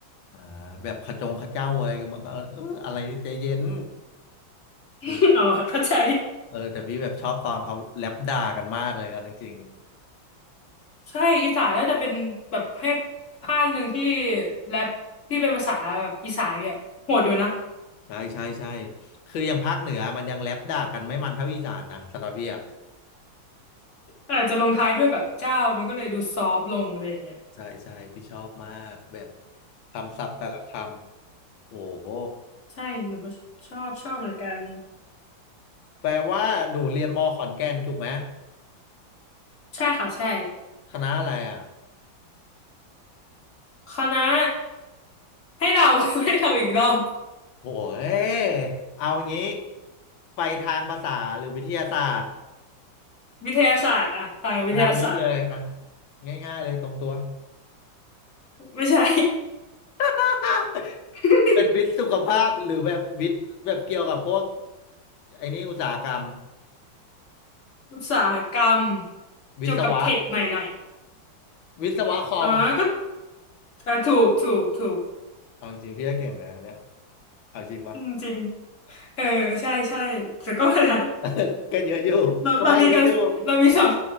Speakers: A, on the left (about 75°); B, on the left (about 40°).
A: อ่าแบบขจงขเจ้าอะไรกันมันก็เอออะไรใจเย็น
B: <laughs>
A: เออ
B: อ๋อเข้าใจ
A: เออแต่พี่แบบชอบตอนเขาแลปด่ากันมากเลยเอ่ะจริง
B: ใช่อีสานน่าจะเป็นแบบให้ภาคหนึ่งที่แรปที่เป็นภาษาแบบอีสานเนี่ยโหดอยู่นะ
A: ใช่ใช่ใช่คืออย่างภาคเหนือมันยังแรปด่ากันไม่มันเท่าอีสานนะสำหรับพี่อ่ะ
B: อาจจะลงท้ายด้วยแบบเจ้ามันก็เลยดูซอฟต์ลงอะไรอย่างเงี้ย
A: ใช่ใช่พี่ชอบมากแบบคำศัพท์แต่ละคำโอ้โห
B: ใช่หนูก็ <laughs> ชอบชอบเหมือนกัน
A: แปลว่าหนูเรียนมอขอนแก่นถูกไหม
B: ใช่ค่ะใช่
A: คณะอะไรอ่ะ
B: คณะให้เดา <laughs> ให้เดาอีกรอบ
A: โอ้เฮเอางี้ไปทางภาษาหรือวิทยาศาสตร์
B: วิทยาศาสตร์อะทางวิทยาศาสตร์
A: คณะวิทย์เลยอ่ะง่ายๆเลยตรงตัว
B: ไม่ใช่
A: <laughs>
B: <laughs>
A: เป็นวิทย์สุขภาพหรือแบบวิทย์แบบเกี่ยวกับพวกไอ้นี่อุตสาหกรรม
B: อุตสาหกรรม
A: วิศวะ
B: เกี่ย <laughs> วกับเทคหน่อยหน่อย
A: วิศวะคอม
B: อ๋อก็อ่ะถูกถูกถูก
A: เอาจริงๆพี่ก็เก่งเหมือนกันอันเนี่ยเอาจริงปะ
B: อืมจริงเออใช่ใช่ <laughs> แต่ก็นะ
A: <laughs> ก็เยอะอยู่ก็ไปเยอะอยู่
B: เราเรามีการเรามีสอง